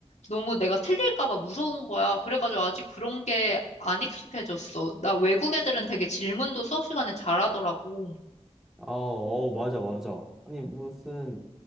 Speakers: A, on the left; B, in the centre.
A: 너무 내가 틀릴까 봐 무서운 거야. 그래가지고 아직 그런 게 안 익숙해졌어. 나 외국 애들은 되게 질문도 수업 시간에 잘하더라고.
B: 아, 어, 맞아, 맞아. 아니, 무슨